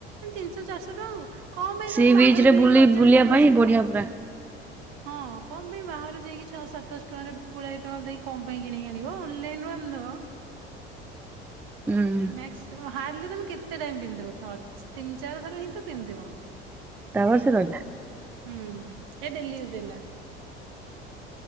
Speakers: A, on the right; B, in the centre.
A: ତିନିଶ ଚାରିଶ ଟଙ୍କା କୁ କଣ ପାଇଁ
B: ସି
A: ତମେ ବାହାରେ
B: ବିଚ୍ ରେ
A: ଯାଇକି
B: ବୁଲି
A: ହଜାରେ
B: ବୁଲିବା
A: ପନ୍ଦରଶ
B: ପାଇଁ ବଢିଆ
A: ଟଙ୍କା
B: ପୁରା
A: ହଁ। କଣ ପାଇଁ ବାହାରୁ ଯାଇକି ଛଅ ସାତଶ ଟଙ୍କାରେ ପୁଳାଏ ଟଙ୍କା ଦେଇ କଣ ପାଇଁ କିଣିକି ଆଣିବ ଅନଲାଇନ୍ ରୁ ଆଣିଦବ।
B: <unintelligible> ହୁଁ
A: ମ୍ୟାକ୍ସ୍ <unintelligible> ହାଡ୍ଲି ତମେ କେତେ ଟାଇମ୍ ପିନ୍ଧିବ ଥ- ତିନି ଚାରି ଥର ହିଁ ତ ପିନ୍ଧିବ।
B: ତା ବର୍ଷ ରହିଲା।
A: ହୁଁ ଏ ଡେଲିଇଉଜ୍ ହେଲା।